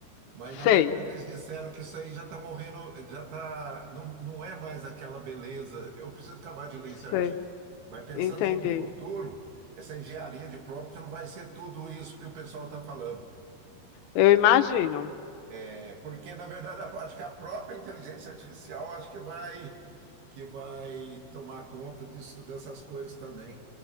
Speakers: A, on the right; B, on the left.
A: Mas, na
B: Sei,
A: verdade, eles disseram que isso aí já está morrendo, já está, não, não é mais aquela beleza. Eu preciso acabar de ler esse artigo.
B: sei,
A: Mas pensando
B: entendi.
A: sobre o futuro, essa engenharia de prompt não vai ser tudo isso que o pessoal está falando.
B: Eu imagino.
A: É porque, na verdade, a- acho que a própria inteligência artificial acho que vai que vai tomar conta disso, dessas coisas também.